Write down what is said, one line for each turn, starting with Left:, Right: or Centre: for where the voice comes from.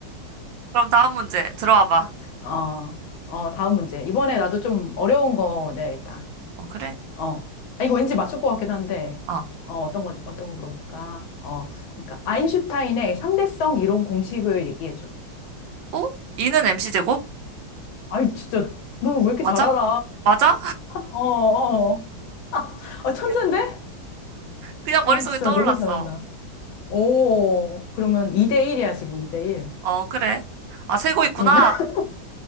Right: 그럼 다음 문제 들어와 봐.
Left: 어, 어, 다음 문제. 이번에 나도 좀 어려운 거 내야겠다.
Right: 어, 그래?
Left: 어. 아, 이거 왠지 맞출 것 같기도 한데,
Right: 어.
Left: 어, 어떤 거, 어떤 거 물어볼까? 어, 그러니까, 아인슈타인의 상대성 이론 공식을 얘기해줘.
Right: 어? 이는 MC 제곱?
Left: 아이, 진짜, 너 왜 이렇게
Right: 맞아?
Left: 잘 알아?
Right: 맞아?
Left: 어, 어. 아, 어, 천재인데?
Right: <laughs> 그냥
Left: 어,
Right: 머릿속에
Left: 진짜
Right: 떠올랐어.
Left: 너무 잘한다. 오, 그러면 2대1이야, 지금 2대1.
Right: 어, 그래. 아, 세고 있구나.
Left: 응. <laughs>